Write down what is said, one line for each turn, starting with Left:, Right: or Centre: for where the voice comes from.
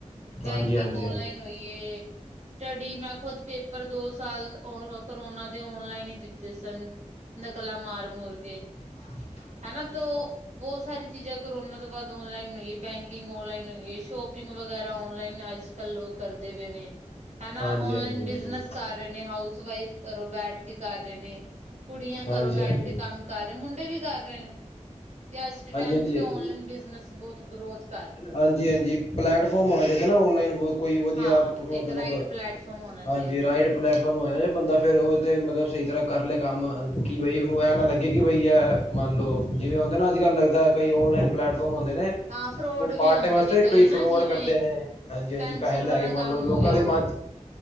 Right: ਬੈਂਕਿੰਗ
Left: ਹਾਂਜੀ ਹਾਂਜੀ
Right: ਔਨਲਾਈਨ ਹੋਈਏ, ਸਟੱਡੀ ''ਮੈਂ ਖੁਦ ਪੇਪਰ ਦੋ ਸਾਲ ਉਹ ਕਰੋਨਾ ਦੇ ਔਨਲਾਈਨ ਹੀ ਦਿੱਤੇ ਸਨ, ਨਕਲਾਂ ਮਾਰ-ਮੁਰਕੇ।
Left: ਹ <inaudible>
Right: ਹੈਨਾ ਤੋ, ਬਹੁਤ ਸਾਰੀ ਚੀਜੇ਼ ਕੋਰੋਨਾ ਤੋਂ ਬਾਅਦ ਔਨਲਾਈਨ ਹੋਈਏ, ਬੈਂਕਿੰਗ ਔਨਲਾਈਨ ਹੋਈਏ, ਸ਼ੋਪਿੰਗ ਵਗੈਰਾ ਔਨਲਾਈਨ ਅੱਜ-ਕੱਲ ਕਰਦੇ ਪਏ ਨੇ, ਹੈਨਾ
Left: ਹਾਂਜੀ
Right: ਔਨਲਾਈਨ
Left: ਹਾਂਜੀ
Right: ਬਿਜਨਸ
Left: ਹਾਂਜੀ ਹਾਂਜੀ
Right: ਕਰ ਰਹੇ ਨੇ, ਹਾਊਸ-ਵਾਈਫ ਘਰੋ ਬੈਠਕੇ ਕਰ ਰਹੇ ਨੇ। ਕੁੜੀਆਂ
Left: ਹਾਂਜੀ
Right: ਘਰੋ ਬੈਠਕੇ
Left: ਹਾਂਜੀ
Right: ਕੰਮ ਕਰ ਰਹੇ, ਮੁੰਡੇ ਵੀ ਕਰ ਰਹੇ ਤੇ ਅੱਜ ਦੇ ਟਾਇਮ
Left: ਹਾਂਜੀ
Right: ਤੇ ਤੇ, ਔਨਲਾਈਨ ਬਿਜਨਸ ਬਹੁਤ ਗ੍ਰੋਥ ਕਰ
Left: ਹਾਂਜੀ-ਹਾਂਜੀ, ਪਲੈਟਫੌਰਮ ਹੋਣਾ ਚਾਹੀਦਾ ਨਾ, ਔਨਲਾਈਨ ਕੋਈ ਵਧੀਆ,
Right: ਹਾਂ
Left: ਮਤਲਬ
Right: ਇੱਕ ਰਾਈਟ ਪਲੈਟਫਾਰਮ ਹੋਣਾ ਚਾਹੀਦਾ
Left: ਹਾਂਜੀ ਰਾਈਡ ਪਲੇੈਟਫਾਰਮ ਹੋਇਆ, ਜੇ ਬੰਦਾ ਫਿਰ ਉਹ ਤੇ ਮਤਲਬ ਸਹੀ ਤਰ੍ਹਾਂ ਕਰਲੇ ਕੰਮ। ਕਿ ਬਈ, ਉਹਨੂੰ ਐ ਨਾ ਲੱਗੇ ਕਿ ਬਈ ਇਹ ਮੰਨਲੋ, ਜਿਵੇਂ-ਹੁੰਦਾ ਨਾ ਅੱਜ-ਕੱਲ ਲੱਗਦਾ, ਕਈ ਔਨਲਾਈਨ ਪਲੇੈਟਫੌਰਮ ਹੁੰਦੇ ਨੇ
Right: ਹਾਂ ਫਰੋਡ
Left: ਉਹ
Right: ਵੀ
Left: ਪਾਰਟ
Right: ਹੁੰਦੇ
Left: ਟਾਈਮ ਵਾਸਤੇ
Right: ਨੇ
Left: ਕਈ ਫਰੌਡ
Right: ਨਾ ਜਿਵੇਂ
Left: ਕਰਦੇ ਨੇ। ਹਾਂਜੀ-ਹਾਂਜੀ,
Right: ਪੈਨਸਿਲ
Left: ਪੈਸੇ ਲੈਕੇ
Right: ਵਾਲਾ
Left: ਮੰਨਲੋ,
Right: ਕੰਮ ਹੋ
Left: ਲੋਕਾਂ
Right: ਗਿਆ
Left: ਦੇ ਮਨ'ਚ